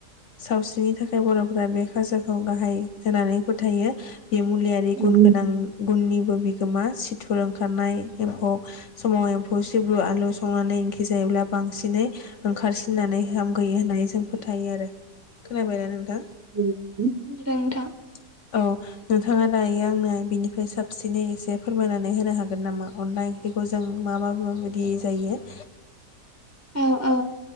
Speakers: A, on the left (about 60°); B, on the right (about 15°).
A: सावस्रिनि थाखाय बर'फोरा बे खाजाखौ गाहाय होनानै थायो बे मुलिआलि
B: उम
A: गोनां गुनिबो गोमा सिथुरों खारनाय एम्फौ समाव एम्फौ सि <unintelligible> आलु संनानै <unintelligible> दि जायोब्ला बांसिनै ओंखारसिननानै हामगैयो होननानै जों फोथायो आरो खोनाबायना नोंथां।
B: <unintelligible>
A: औ। नोंथाङा दायो आंनो बिनिफ्राय साब साबसिनै एसे फोरमायनानै होनो हागोन नामा अनला ओंख्रिखौ जों मा मा माबायदि जायो।
B: औ औ।